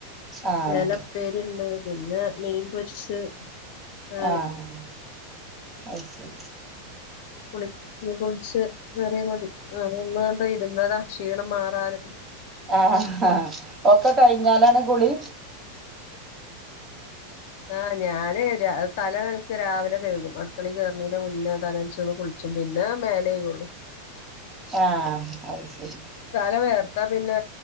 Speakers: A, on the right; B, on the left.
A: ആഹ്
B: ചേന ഉപ്പേരിയുണ്ട്. പിന്നെ മീൻ പൊരിച്ച് ആയി
A: ആഹ് അത് ശരി.
B: പുളി ഇനി കുളിച്ച് കയറിയാ മതി. അത് കൊണ്ട് ഇരുന്നതാ ക്ഷീണം മാറാൻ.
A: ആ ഹാ ഒക്കെ കഴിഞ്ഞാലാണ് കുളി?
B: ആഹ് ഞാന് തല നനച്ച് രാവിലെ കഴുകും. അടുക്കളേ കേറുണേന് മുന്നേ തല നെച്ചന്ന് കുളിച്ച ച്ചു പിന്നെ മേലേക്കഴുകുള്ളൂ.
A: ആഹ് അത് ശരി.
B: തല വേർത്താ പിന്നെ